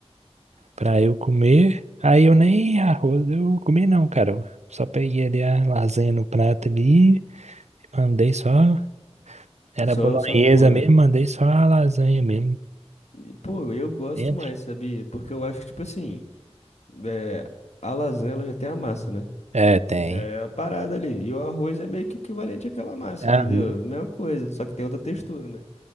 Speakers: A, on the right (about 80°); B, on the left (about 80°).
A: pra eu comer. Aí eu nem arroz eu comi não, cara. Eu só peguei ali a lasanha no prato ali, mandei só, era
B: Só,
A: bolonhesa
B: só pura.
A: mesmo, mandei só a lasanha mesmo
B: E, Pô, eu gosto
A: dentro.
B: mais, sabia? Porque eu acho que, tipo assim, é, a lasanha ela já tem a massa, né?
A: É, tem.
B: Que já é a parada ali. E o arroz é meio que equivalente àquela massa,
A: Uhum.
B: entendeu? Mesma coisa, só que tem outra textura, né?